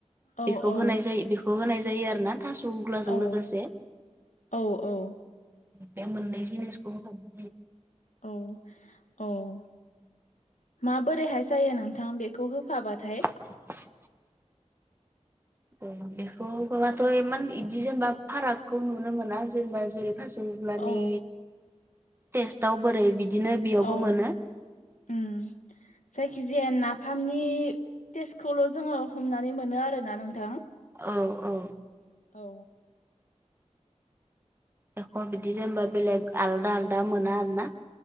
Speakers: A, on the left (about 85°); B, on the right (about 20°).
A: औ
B: बेखौ
A: औ
B: होनाय जायो बेखौ होनाय जायो आरोना थास' गुग्लाजों
A: औ
B: लोगोसे।
A: औ औ।
B: बे मोननै जिनिसखौ <unintelligible>
A: औ औ। माबोरैहाय जायो नोंथां बेखौ होफाबाथाय?
B: <inaudible> औ बेखौ होफाबाथ' इमान बिदि जेनेबा फारागखौ नुनो मोना जेनबा जेरै गुग्लानि
A: औ
B: टेस्टआव बोरै बिदिनो बेयावबो
A: औ
B: मोनो।
A: उम। जायखिजाया नाफामनि टेस्टखौल' जोङो हमनानै मोनो आरोना नोंथां।
B: औ औ।
A: औ।
B: एख' बिदि जेनेबा बेलेग आलादा आलदा मोना आरोना।